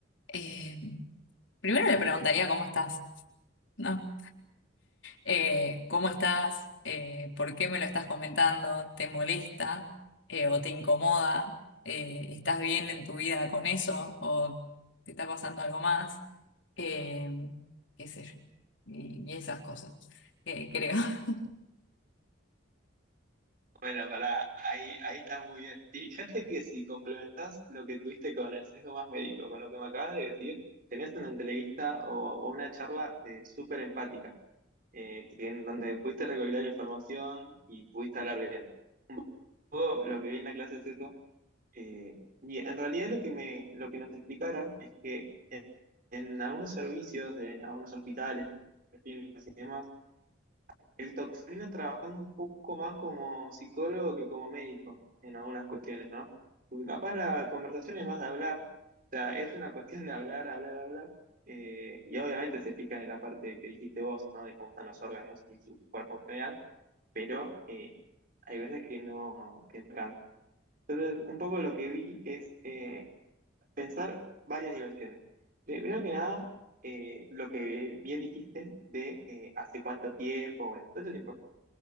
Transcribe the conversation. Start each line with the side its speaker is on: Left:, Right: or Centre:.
Left: eh, primero le preguntaría cómo estás, ¿no? eh, ¿cómo estás? Eh, ¿por qué me lo estás comentando? ¿Te molesta Eh, o te incomoda? Eh, ¿estás bien en tu vida con eso o te está pasando algo más? Eh, qué sé yo, y, y esas cosas, eh, creo. <laughs>
Right: Bueno, para ahí, ahí está muy bien. Fíjate que si complementás lo que tuviste con el sesgo más médico, con lo que me acabas de decir, tenés una entrevista o, o una charla eh, súper empática, eh, que en donde pudiste recopilar información y pudiste hablar bien. Un poco lo que vi en la clase es eso. eh, y en realidad lo que me, lo que nos explicaron es que en, en algunos servicios de algunos hospitales, clínicas y demás, El toxino trabajando un poco más como psicólogo que como médico en algunas cuestiones, ¿no? Porque capaz la conversación es más de hablar, o sea, es una cuestión de hablar, hablar, hablar, eh, y obviamente se fijan en la parte que dijiste vos, ¿no? De cómo están los órganos y su cuerpo en general, pero eh, hay veces que no, que no alcanza. Entonces, un poco lo que vi es eh, pensar varias dimensiones. Primero que nada, eh, lo que bien dijiste de eh, hace cuánto tiempo, bueno, eso es importante.